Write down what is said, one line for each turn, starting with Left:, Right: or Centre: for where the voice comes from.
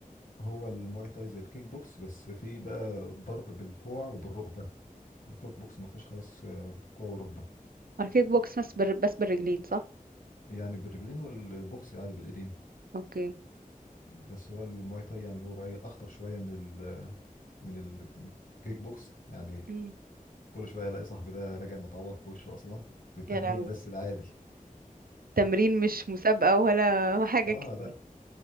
Left: هو المواي تاي زي الكيك بوكس بس في بقى ضرب بالكوع وبالركبة الكيك بوكس ما فيهوش خلاص آه، كوع وركبة
Right: عارفاه كيك بوكس بس بر... بس بالرجلين صح؟
Left: يعني بالرجلين والبوكس عادي بالايدين
Right: أوكي
Left: بس هو المواي تاي يعني هو ايه اخطر شوية من ال... من الكيك بوكس يعني
Right: مم.
Left: كل شويه الاقي صاحبي ده راجع متعور في وشه اصلا في التمرين
Right: يا لهوي
Left: بس العادي
Right: تمرين مش مسابقة ولا حاجة
Left: اه
Right: كده
Left: لا